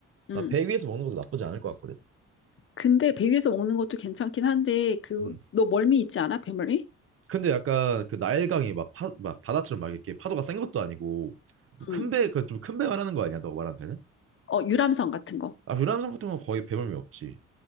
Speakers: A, on the left; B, on the right.
A: 음.
B: 나 배 위에서 먹는 것도 나쁘지 않을 것 같거든.
A: 근데 배 위에서 먹는 것도 괜찮긴 한데, 그,
B: 음.
A: 너 멀미 있지 않아? 배멀미?
B: 근데 약간 그 나일강이 막, 파, 막 바다처럼 막 이렇게 파도가 센 것도 아니고 뭐 큰
A: 음.
B: 배, 그 좀 큰 배 말하는 거 아니야? 너가 말한 배는?
A: 어, 유람선 같은 거.
B: 아, 유람선 같은 건 거의 배멀미 없지.